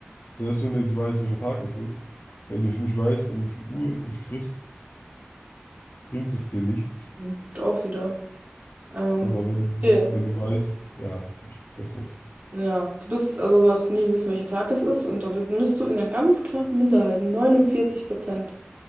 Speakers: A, on the left; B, on the right.
A: Selbst wenn du jetzt weißt, welcher Tag es ist, wenn du dich nicht weißt, um wie viel Uhr du dich triffst, bringt es dir nichts.
B: Gut auf wieder. Ähm,
A: Aber wenn,
B: Okay.
A: wenn du weißt, ja, gut, deswegen.
B: ja, du bist, also du hast nie wissen, welcher Tag es ist und da bist du in einer ganz knappen Minderheit. neunundvierzig Prozent